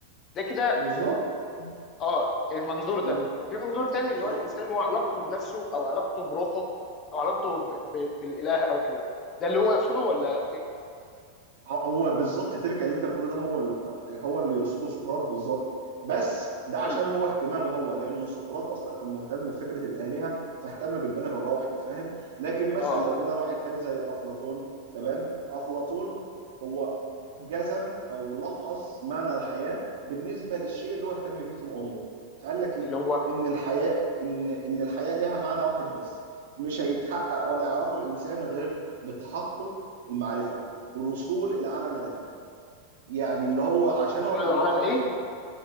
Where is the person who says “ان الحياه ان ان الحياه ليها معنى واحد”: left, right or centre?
Right